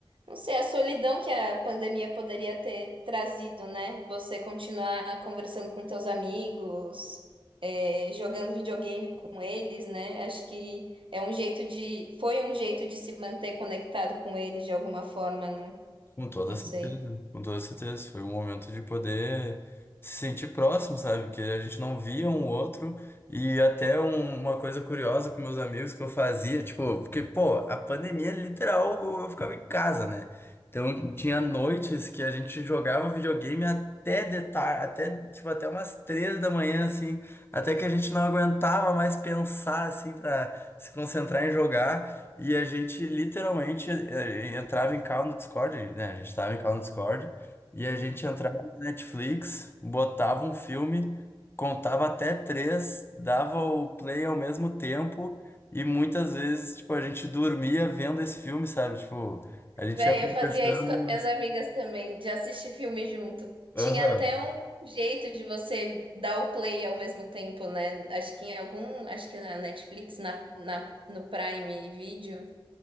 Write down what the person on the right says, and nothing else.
não sei, a solidão que a pandemia poderia ter trazido, né? Você continuar conversando com teus amigos, é, jogando videogame com eles, né? Acho que é um jeito de, foi um jeito de se manter conectado com eles de alguma forma, não,
não
sei.
Véi,
eu fazia isso com as minhas amigas também, de assistir filme junto.
Tinha até um jeito de você dar o play ao mesmo tempo, né? Acho que em algum, acho que na Netflix, na, na, no Prime Video,